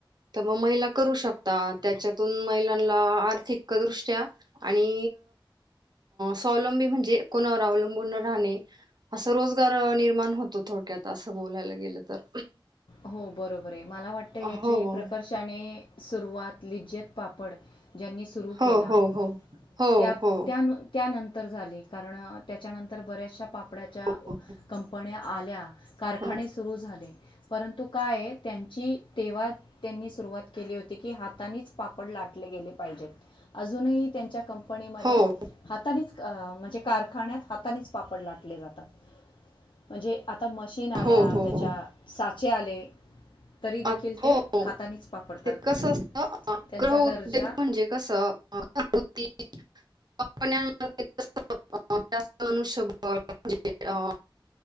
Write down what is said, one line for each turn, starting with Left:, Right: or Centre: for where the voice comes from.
Right: त्यामुळे महिला करू शकतात. त्याच्यातून महिलांना आर्थिकदृष्ट्या आणि स्वावलंबी म्हणजे कोणावर अवलंबून राहणे असं रोजगार निर्माण होतो थोडक्यात असं बोलायला गेलं तर.
Left: हो बरोबर आहे. मला वाटतं याची
Right: हो
Left: प्रकष ज्यांनी सुरुवात लिज्जत पापड ज्यांनी सुरू सुरू
Right: हो
Left: केला.
Right: हो हो हो
Left: त्या-
Right: हो
Left: त्या-त्यानंतर झाले. कारण त्याच्यानंतर बऱ्या पापड्याच्या
Right: हो
Left: कंपन्या आल्या, कारखाने
Right: हो
Left: सुरू झाले. परंतु काय आहे, त्यांची तेव्हा त्यांनी सुरुवात केली होती की हातानीच पापड लाटले गेले पाहिजेत. अजूनही त्यांच्या क कंपनीमध्ये
Right: हो
Left: हातानीच म्हणजे कारख्यात हातानीच पापड लाटले जातात. म्हणजे आता मशीन आल्या.
Right: हो हो
Left: त्याच्या
Right: हो
Left: साचे आले. तरी देखील
Right: आ
Left: ते
Right: हो.
Left: हातानेच पापड करतात
Right: ते कसं असतं <unintelligible>
Left: त्यांचा दर्जा
Right: उद्योग <unintelligible> कसं <unintelligible> <unintelligible>